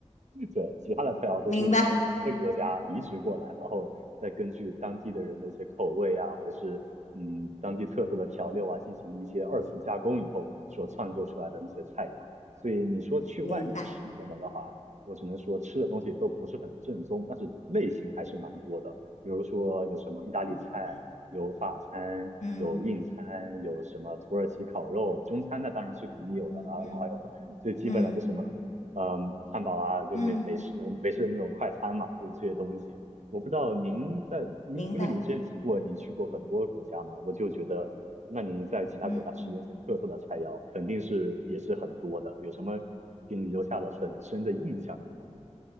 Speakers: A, on the right (about 70°); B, on the left (about 75°).
A: 对，其他的菜肴都是从各国家移植过来，
B: 明白
A: 然后再根据当地的人的一些口味啊，或者是嗯当地特色的调料啊，进行一些二次加工以后所创作出来的那些菜肴。所以你说去外面吃什么的话，
B: 明白，
A: 我只能说吃的东西都不是很正宗，但是类型还是蛮多的。比如说有什么意大利菜，
B: 嗯
A: 有法餐，
B: 嗯
A: 有印餐，有什么土耳其烤肉，中餐那当然是肯定有的啦，
B: 嗯
A: 然后还有 <laughs> 最基本的就什么嗯，
B: 嗯
A: 汉堡啊，就美美式的美式的那种快餐嘛，
B: 嗯，
A: 就是这些东西。我不知道您在您，
B: 明白，
A: 因为您之前提过你去过很多国家嘛，我就觉得，那您在其他国家吃的那些特色的菜肴，
B: 嗯。
A: 肯定是也是很多的。有什么给你留下了很深的印象的吗？